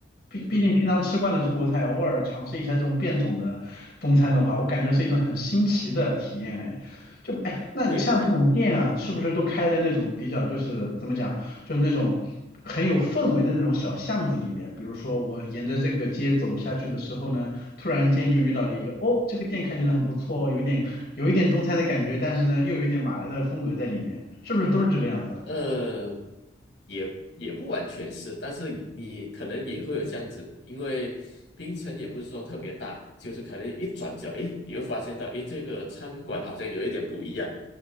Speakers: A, on the left; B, on the left.
A: 毕毕竟平常吃惯了中国菜，
B: 嗯哼，
A: 偶尔尝试一下这种变种的中餐的话，我感觉是一种很新奇的体验哎。就哎，那你像这种店啊，
B: 对对对
A: 是不是都开在那种比较就是怎么讲，就是那种很有氛围的那种小巷子里面？比如说我沿着这个街走下去的时候呢，突然间就遇到了一个，
B: ，OK，
A: 哦，这个店看起来很不错哦，有一点有一点中餐的感觉，但是呢又有一点马来的风格在里面，是不是都是这个样子啊？
B: 呃，也也不完全是，但是你可能也会有这样子，因为槟城也不是说特别大，就是可能一转角，诶，你会发现到，诶，这个餐馆好像有一点不一样，